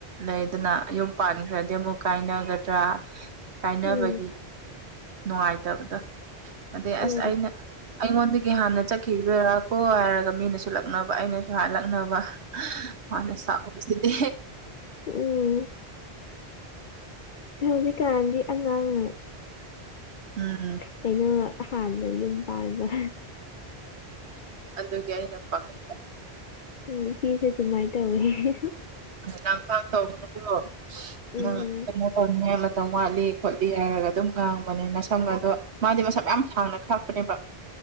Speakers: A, on the right; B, on the left.
A: ꯂꯩꯗꯅ ꯌꯨꯝ ꯄꯥꯟꯈ꯭ꯔꯗꯤ ꯑꯃꯨꯛ ꯀꯥꯏꯅꯒꯗ꯭ꯔꯥ ꯀꯥꯏꯅꯕꯒꯤ
B: ꯎꯝ
A: ꯅꯨꯡꯉꯥꯏꯇꯕꯗꯣ ꯑꯗꯩ
B: ꯎꯝ
A: ꯑꯁ ꯑꯩꯅ ꯑꯩꯉꯣꯟꯗꯒꯤ ꯒꯤ ꯍꯥꯟꯅ ꯆꯠꯈꯤꯗꯣꯏꯔ ꯀꯣ ꯍꯥꯏꯔꯒ ꯃꯤꯅꯁꯨ ꯂꯛꯅꯕ ꯑꯩꯅꯁꯨ ꯍꯥꯏꯂꯛꯅꯕ ꯍꯅ ꯁꯥꯕꯁꯤꯗꯤ
B: ꯎꯝ ꯍꯧꯖꯤꯛꯀꯥꯟꯗꯤ ꯑꯉꯥꯡꯅ
A: ꯎꯝ
B: ꯀꯩꯅꯣ ꯍꯥꯟꯅ ꯌꯨꯝ ꯄꯥꯟꯕꯕ
A: ꯑꯗꯨꯒꯤ ꯑꯩꯅ ꯄꯥꯈꯠ
B: ꯎꯝ ꯆꯖꯤꯁꯦ ꯇꯨꯃꯥꯏ ꯇ ꯑꯣꯏ
A: ꯂꯥꯡꯊꯥꯡ ꯇꯧꯕꯅꯕꯨꯣ
B: ꯎꯝ
A: ꯅꯪ ꯀꯩꯅꯣ ꯇꯧꯅꯤꯡꯉꯦ ꯃꯇꯝ ꯋꯥꯠꯂꯤ ꯈꯣꯠꯂꯤ ꯍꯥꯏꯔꯒ ꯑꯗꯨꯝ ꯉꯥꯡꯕꯅꯤꯅ ꯁꯪꯕ ꯑꯗꯣ ꯃꯥꯗꯤ ꯃꯁꯝ ꯌꯥꯝ ꯁꯥꯡꯅ ꯈꯥꯛꯄꯅꯦꯕ